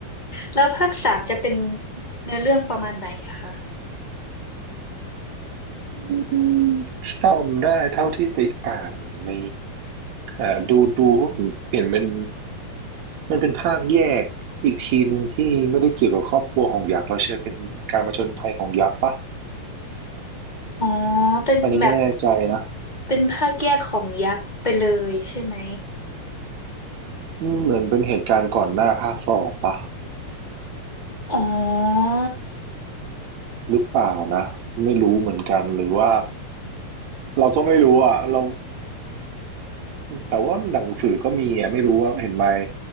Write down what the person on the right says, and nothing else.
อืมจำได้เท่าที่ไปอ่านในอ่าดูดูก็เปลี่ยนเป็นมันเป็นภาคแยกอีกทีหนึ่งที่ไม่ได้เกี่ยวกับครอบครัวของยักษ์แล้วใช่เป็นการมาจนภัยของยักษ์ปะ
อันนี้ไม่แน่ใจนะ
อืมเหมือนเป็นเหตุการณ์ก่อนหน้าภาคสองปะ
หรือเปล่านะไม่รู้เหมือนกันหรือว่าเราก็ไม่รู้อ่ะเราแต่ว่าหนังสือก็มีอ่ะไม่รู้ว่าเห็นไหม